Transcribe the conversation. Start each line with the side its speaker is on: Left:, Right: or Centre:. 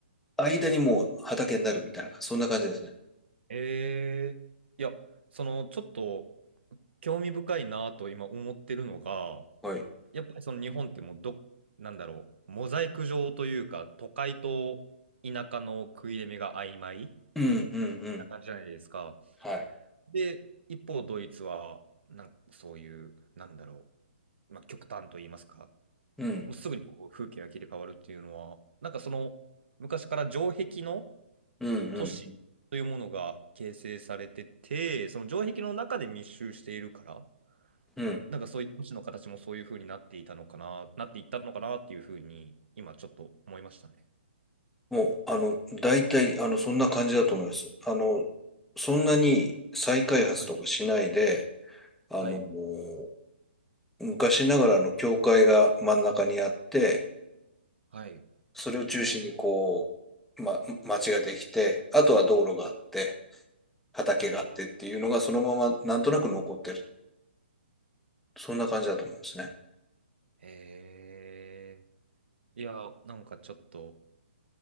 Centre: 間にもう畑になるみたいな、そんな感じですね。
Right: えー、いや、その、ちょっと、興味深いなと今思ってるのが、
Centre: はい。
Right: やっぱりその日本ってもうど、なんだろう、モザイク状というか、都会と田舎の食い入れ目が曖昧
Centre: うんうんうん。
Right: な感じじゃないですか。
Centre: はい。
Right: で、一方、ドイツは、なん、そういう、なんだろう、まあ、極端と言いますか、
Centre: うん
Right: もうすぐにこう風景が切り替わるっていうのは、なんかその、昔から城壁の、
Centre: うんうん
Right: 都市というものが形成されてて、その城壁の中で密集しているから、
Centre: うん。
Right: なんかそういう都市の形もそういう風になっていたのかな、なっていったのかなっていう風に、今ちょっと思いましたね。
Centre: もう、あの、大体、あの、そんな感じだと思います。あの、そんなに再開発とかしないで、
Right: はい。
Centre: あの、
Right: はい。
Centre: もう昔ながらの教会が真ん中にあって、
Right: はい。
Centre: それを中心にこう、
Right: あー
Centre: ま、町ができて、あとは道路があって、畑があってっていうのがそのままなんとなく残ってる。
Right: はい。
Centre: そんな感じだと思うんですね。
Right: ええ。いや、なんかちょっと、